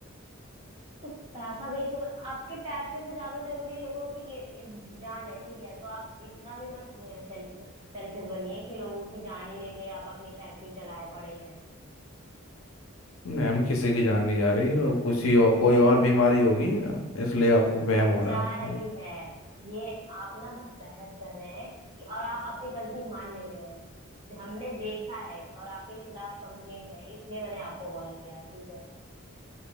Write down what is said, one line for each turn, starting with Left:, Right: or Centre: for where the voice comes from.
Right: तो पैसा वेस्ट हो गया आपके पैसे से ज्यादा जरूरी लोगों की गे- जान है ठीक है तो आप इतना भी मत सेल्फ सेल्फिश बनिए कि लोगों की जान ही लेके आप अपनी फैक्ट्री चलाए पड़े हैं
Left: मैम किसी की जान नहीं जा रही वो किसी और कोई और बीमारी होगी इसलिए आपको वहम हो रहा
Right: जा
Left: है आपको
Right: रही है ये आप ना बस बहस कर रहे हैं कि और आप अपनी गलती मान नहीं रहे हैं हमने देखा है और आपके खिलाफ कंप्लेंट है इसलिए मैंने आपको कॉल किया है ठीक है